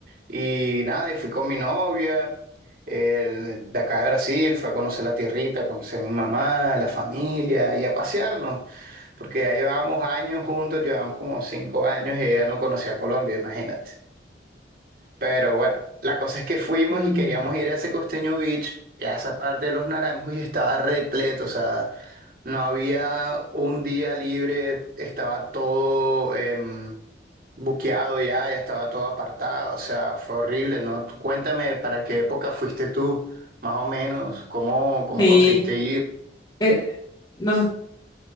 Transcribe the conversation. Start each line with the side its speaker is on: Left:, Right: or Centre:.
Right: Y nada, y fui con mi novia, el- de acá de Brasil, fue a conocer la tierrita, a conocer a mi mamá, la familia y a pasearnos, porque ya llevábamos años juntos, llevábamos como cinco años y ella no conocía Colombia, imagínate. Pero bueno, la cosa es que fuimos
Left: Mm,
Right: y queríamos ir a ese Costeño Beach, y a esa parte de los Naranjos y estaba repleto, o sea, no había un día libre, estaba todo... em, buqueado ya, ya estaba todo apartado, o sea, fue horrible, ¿no? Tú cuéntame para qué época fuiste tú, más o menos, cómo, cómo
Left: sí,
Right: conseguiste ir.
Left: eh, nos-